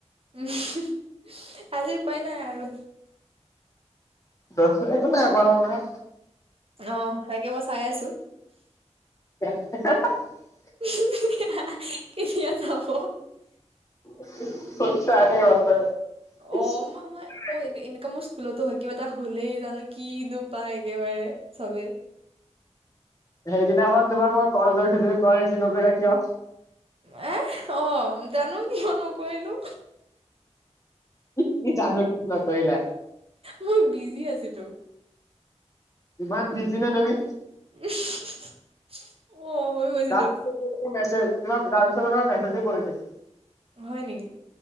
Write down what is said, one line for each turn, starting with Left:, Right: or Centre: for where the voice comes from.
Right: <unintelligible> আজি উপায় নাই আৰু।
Left: <unintelligible> একো নাই কৰা কৰা।
Right: অ' তাকে মই চাই আছো।
Left: <unintelligible>
Right: <unintelligible> কেতিয়া চাব?
Left: <inaudible> <unintelligible>
Right: অ মই মই মই এনে- এনেকুৱা মোৰ স্কুলতো হয়। কিবা এটা হ'লেই জানো কি নো পায় একেবাৰে চবে।
Left: সেইদিনাখন তোমাক মই কল কৰিছো তুমি কল ৰিচিভ নকৰিলা কিয়?
Right: <unintelligible> অ' জানো কিয় নকৰিলো!
Left: <unintelligible> নকৰিলা।
Right: মই বিজি আছিলো।
Left: ইমান বিজি নে তুমি?
Right: <unintelligible> গৈছিলো
Left: <unintelligible> মেছেজ তোমাৰ <unintelligible> পিছত মেছেজো কৰিছিলো।
Right: হয় নেকি?